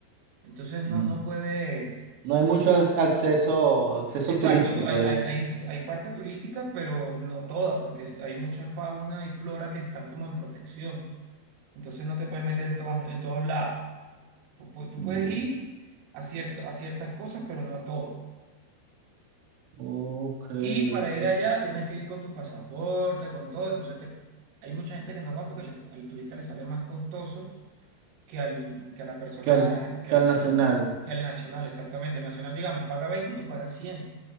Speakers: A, on the right (about 80°); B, on the right (about 65°).
A: Entonces no,
B: Mm.
A: no puedes...
B: No hay mucho ac- acceso, acceso
A: Exacto,
B: turístico.
A: tú- hay,
B: del-
A: hay, hay, s- hay parte turística, pero no toda, porque es- hay mucha fauna y flora que están como en protección. Entonces no te puedes meter en, todas, en todos lados. Tú, pu- tú
B: Ya.
A: puedes ir a, cierto, a ciertas cosas, pero no a todo.
B: Ok,
A: Y para
B: ok.
A: ir allá tienes que ir con tu pasaporte, con todo. Entonces te- hay mucha gente que no va porque les- al turista le sale más costoso que al, que a la persona,
B: Que al,
A: que
B: que
A: al,
B: al
A: que
B: nacional.
A: al, que al nacional, exactamente. El nacional, digamos, paga 20 y tú pagas cien